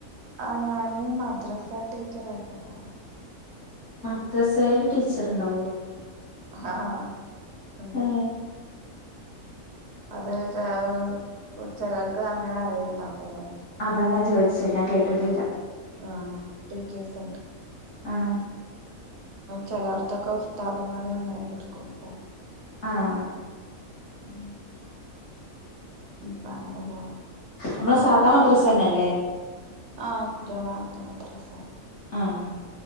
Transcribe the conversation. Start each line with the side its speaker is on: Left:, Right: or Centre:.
Right: ആഹ് ഞാന് മദ്രാസ ടീച്ചറായ്ട്ട് പോ
Left: മദ്രസെയിൽ ട്ടീച്ചറ്ണ്ടാവോ?
Right: ആഹ് ഹ ഹ ഉണ്ട്.
Left: ഏഹ്
Right: അത്ചെലോ ചെലോൽക്ക് അങ്ങനെ അറിയുണ്ടാവുല ലേ.
Left: അതാ ഞാൻ ചോയ്ഛെ ഞാൻ കേട്ടിട്ടില്ല.
Right: ആഹ് ടീച്ചേർസ് ണ്ട്
Left: ആഹ്.
Right: ചെലോട്ത്തൊക്കെ ഉസ്താദ്മാരെ അങ്ങനെടുക്കും ണ്ട്.
Left: ആഹ്
Right: ഉം പ്പ അങ്ങനെ പോണ്
Left: മ്മളെ സാധാ മദ്രസന്നെ ല്ലേ
Right: ആഹ് ജമാഅത്ത് മദ്രസ
Left: ആഹ്